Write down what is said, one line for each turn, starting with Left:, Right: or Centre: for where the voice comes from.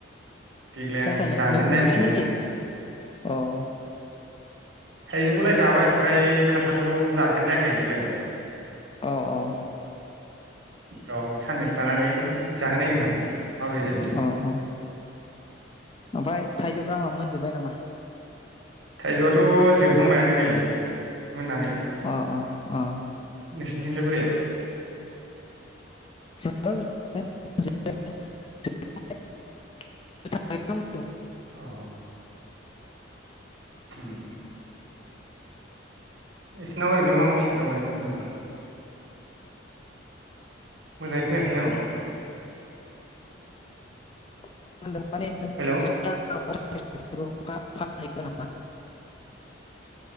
Right: देग्लाय
Left: आमफाय
Right: आं
Left: सार नो-नो-नोंसिनिथिं
Right: जाजेननायाखैनो
Left: अह
Right: थाइजौखौलाय जाबाय ओमफ्राय खान्थालखौ जाफेरनायाखै आं देग्लाय
Left: अह अह
Right: र' साननैसो थानानै जानाय नायगोन र' माबोरै जायो
Left: अ अ, ओमफाय थाइजौ फ्रा मोनजोब्बाय नामा
Right: थाइजौआथ' जोबहांबायानो नै। मोननानै
Left: अ अ अ
Right: नोंसिनिथिंलाय बोरै
Left: <unintelligible>
Right: अह उम उम नोंसिनाव ओरैनो मा मा फिथाइ दं ओरैनो जेनेबा मोजाङै खोनायाखिसै आं।
Left: <unintelligible>
Right: हेलौ
Left: <unintelligible> <unintelligible>